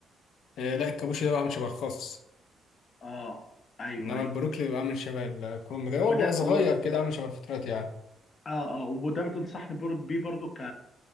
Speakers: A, on the left; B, on the left.
A: إيه، لا الكابوشي ده بيبقى عامل شبه الخاص
B: اه ايوه
A: إنما
B: ايوه
A: البروكلي بيبقى عامل شبه الكرنب كده هو
B: وده
A: بيبقى صغير
B: و...
A: كده عامل شبه الفترات يعني
B: اه اه وده بتنصحني بر- بيه برضو ك